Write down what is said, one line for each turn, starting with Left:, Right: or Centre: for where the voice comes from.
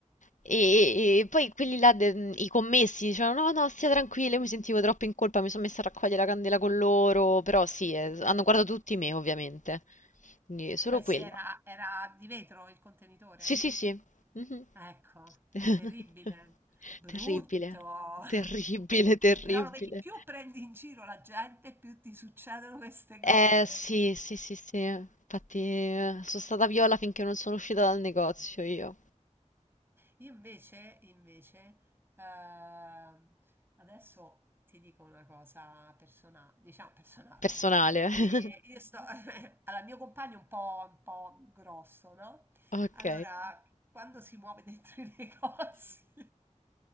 Left: e, e poi quelli là, de- i commessi dicevano no no stia tranquilla, io mi sentivo troppo in colpa, mi sono messa a raccogliere la candela con loro, però sì, eh, hanno guardato tutti me ovviamente, quindi solo
Right: Cioè, si
Left: quella.
Right: era, era di vetro il contenitore.
Left: Sì, sì, sì. Mh-mh.
Right: Ecco,
Left: <laughs>
Right: terribile, brutto.
Left: Terribile,
Right: <laughs>
Left: terribile, terribile.
Right: Però lo vedi, più prendi in giro la gente, più ti succedono queste cose.
Left: Eh sì, sì, sì, sì. Infatti, eh, sono stata viola finché non sono uscita dal negozio io,
Right: Io invece, invece, ehm, adesso ti dico una cosa personale, diciamo personale,
Left: personale.
Right: vabbè. E
Left: <laughs>
Right: io sto, <laughs> allora, il mio compagno è un po', un po' grosso, no?
Left: Ok.
Right: Allora, quando si muove dentro i <laughs> negozi,